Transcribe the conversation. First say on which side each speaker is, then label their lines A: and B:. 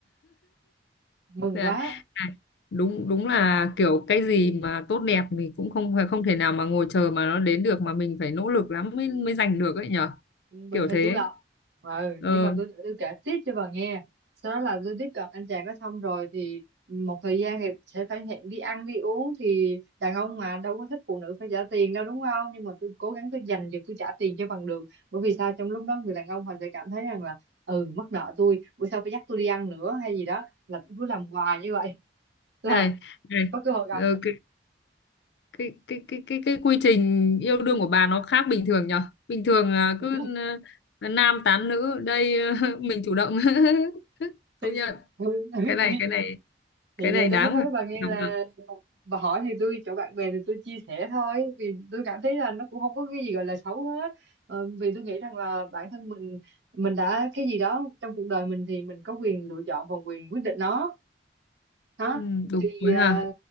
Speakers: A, on the right (about 80°); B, on the left (about 70°).
A: mừng
B: Dạ.
A: quá
B: À, đúng đúng là kiểu cái gì mà tốt đẹp thì cũng không phải không thể nào mà ngồi chờ mà nó đến được mà mình phải nỗ lực lắm mới mới giành được ấy nhở
A: mình
B: kiểu
A: phải
B: thế
A: chủ động ừ,
B: ừ.
A: nhưng mà tôi tôi kể tiếp cho bà nghe sau đó là tôi tiếp cận anh chàng đó xong rồi thì một thời gian thì sẽ phải hẹn đi ăn đi uống thì đàn ông mà đâu có thích phụ nữ phải trả tiền đâu đúng không nhưng mà tôi cố gắng tôi dành được tôi trả tiền cho bằng được bởi vì sao trong lúc đó người đàn ông họ sẽ cảm thấy rằng là ừ mắc nợ tôi bữa sau phải dắt tôi đi ăn nữa hay gì đó là tôi cứ làm hoài như vậy <laughs> là
B: này này
A: có cơ hội gặp
B: ờ, cái, cái cái cái cái cái quy trình yêu đương của bà nó khác bình thường nhở bình thường à,
A: <laughs>
B: cứ à, nam tán nữ đây à, <laughs> mình chủ động <laughs>
A: thì,
B: công nhận
A: <laughs>
B: cái này cái này
A: thì
B: cái này
A: vậy
B: đáng
A: tôi mới nói
B: phải
A: bà nghe
B: đồng
A: là
B: động
A: bà hỏi thì tôi chỗ bạn bè thì tôi chia sẻ thôi vì tôi cảm thấy là nó cũng không có cái gì gọi là xấu hết ờ, vì tôi nghĩ rằng là bản thân mình mình đã cái gì đó trong cuộc đời mình thì mình có quyền lựa chọn và quyền quyết định nó đó
B: ừ, đúng
A: thì
B: rồi
A: à,
B: hả